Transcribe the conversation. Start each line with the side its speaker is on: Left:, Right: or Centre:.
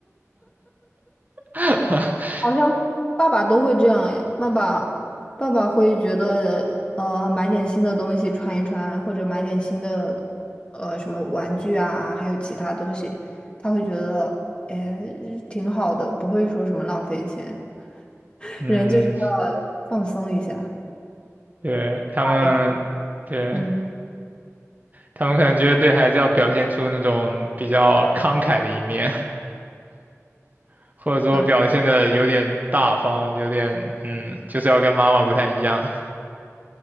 Right: <laughs>
Left: 好像爸爸都会这样哎，爸爸爸爸会觉得呃买点新的东西穿一穿，或者买点新的呃什么玩具啊，还有其他东西，他会觉得哎挺好的，不会说什么浪费钱，<laughs>
Right: 嗯，
Left: 人就是要放松一下。
Right: 对，他们，
Left: 也是
Right: 对，
Left: 嗯，
Right: 他们可能觉得对孩子要表现出那种比较慷慨的一面，<laughs> 或者说表现的有点大方，
Left: 对，
Right: 有点，嗯，就是要跟妈妈不太一样。